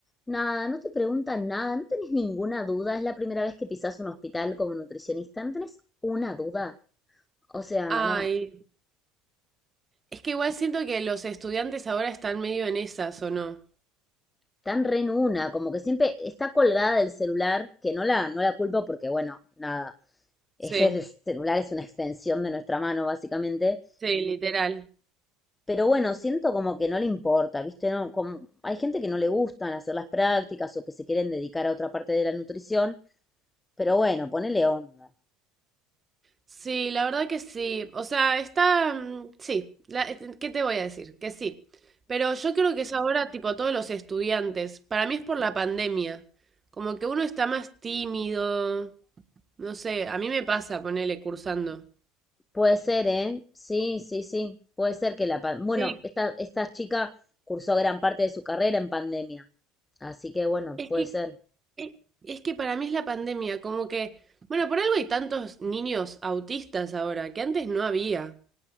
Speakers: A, on the left; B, on the right.
A: nada, no te preguntan nada, no tenés ninguna duda. Es la primera vez que pisás un hospital como nutricionista, no tenés una duda. O sea,
B: Ay,
A: no,
B: es que igual siento que los estudiantes ahora están medio en esas, ¿o no?
A: tan re en una, como que siempre está colgada del celular, que no la, no la culpo porque, bueno, nada, ese
B: Sí,
A: el celular es una extensión de nuestra mano, básicamente.
B: sí, literal.
A: Pero bueno, siento como que no le importa, ¿viste? No, como, hay gente que no le gustan hacer las prácticas o que se quieren dedicar a otra parte de la nutrición, pero bueno, ponele onda.
B: Sí, la verdad que sí. O sea, está... mm, Sí, La- eh, eh, ¿qué te voy a decir? Que sí. Pero yo creo que es ahora tipo todos los estudiantes. Para mí es por la pandemia. Como que uno está más tímido. No sé, a mí me pasa ponerle cursando.
A: Puede ser, ¿eh? Sí, sí, sí. Puede ser que la... pan- Bueno,
B: Sí,
A: esta, esta chica cursó gran parte de su carrera en pandemia. Así que bueno,
B: es
A: puede
B: que,
A: ser.
B: es, es que para mí es la pandemia. Como que... Bueno, por algo hay tantos niños autistas ahora, que antes no había.